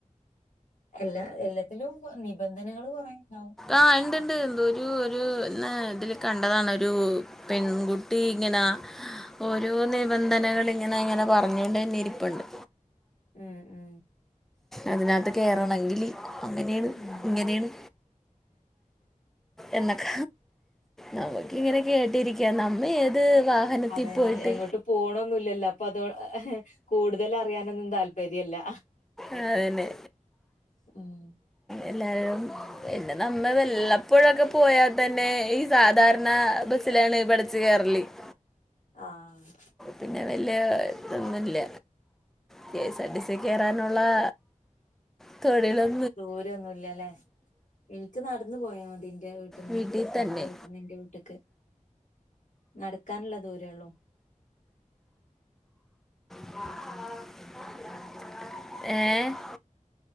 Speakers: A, on the left; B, in the centre.
A: എല്ല എല്ലത്തിലും നിബന്ധനകൾ കുറെണ്ടാവും
B: അഹ് ഇണ്ട് ഇണ്ട് ന്തോ ഒരു ഒരു പിന്ന ഇതില് കണ്ടതാണ് ഒരു പെൺകുട്ടി ഇങ്ങന ഓരോ നിബന്ധനകൾ ഇങ്ങനെ ഇങ്ങനെ പറഞ്ഞോണ്ട് ന്നെ ഇരിപ്പുണ്ട്
A: മ്മ് മ്മ്
B: അതിനകത്ത് കേറണങ്കില് അങ്ങനെയാണ്
A: ഉം
B: ഇങ്ങനെയാണ് എന്നൊക്ക നമക്കിങ്ങനെ കേട്ടിരിക്കാ നമ്മ ഏത് വാഹനത്തിൽ
A: അതെ
B: പോയിട്ട്
A: എങ്ങോട്ട് പോണോന്നുല്ലല്ലോ അപ്പ അതോ കൂടുതല് അറിയാനൊന്നും താൽ പര്യല്ല ഹ
B: അതെന്നേ
A: ഉം
B: എല്ലാരും പിന്ന നമ്മെ വല്ലപ്പോഴക്കെ പോയാതന്നെ ഈ സാധാരണ ബസ്സിലാണ് പടച്ച് കേറല് <inaudible>
A: ആഹ്
B: പിന്നെ വെല്യാ ഇതൊന്നുല്ല K S R T C കയറാനോ ള്ളാ <unintelligible>
A: ദൂരോന്നുല്ല ലെ ഇൻക് നടന്ന് പോയാ മതി ന്റെ വീട്ട്ന്ന്
B: വീട്ടിൽ
A: ഹസ്ബന്റ്ന്റെ
B: തന്നെ
A: വീട്ട് നിന്റെ വീട്ട്ക്ക് നടക്കാനുള്ള ദൂരേള്ളു
B: ആഹ് ആഹ് ഏ